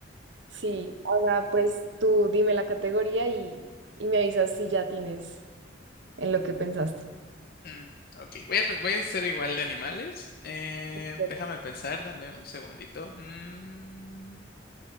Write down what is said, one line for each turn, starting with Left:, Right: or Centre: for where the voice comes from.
Right: Sí, ahora pues tú dime la categoría y, y me avisas si ya tienes en lo que pensaste.
Left: Mm, ok, voy a, pe- voy a hacer igual de animales. Eh,
Right: Ok,
Left: déjame pensar, dame un segundito. Mm,